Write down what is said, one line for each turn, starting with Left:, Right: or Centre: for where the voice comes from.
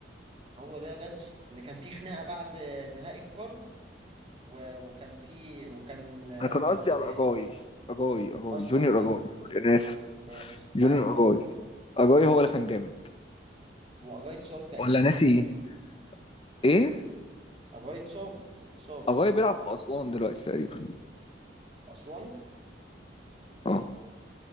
Right: هو ده بادجي اللي كان فيه خناقه بعد نهائي القرن و... وكان فيه وكان
Left: انا كان قصدي
Right: كان
Left: على
Right: بي...
Left: اجاي اجاي اجاي
Right: اصلا
Left: جونيور
Right: بقى
Left: اجاي سوري انا اسف
Right: ماشي
Left: جونيور
Right: ايوه ايوه
Left: اجاي اجاي هو اللي كان جامد
Right: هو اجايد صوب تقريبا
Left: ولا ناسي
Right: صح
Left: ايه ايه
Right: اجايد صوب صوب
Left: اجاي
Right: صح
Left: بيلعب في اسوان دلوقتي تقريبا
Right: في اسوان
Left: اه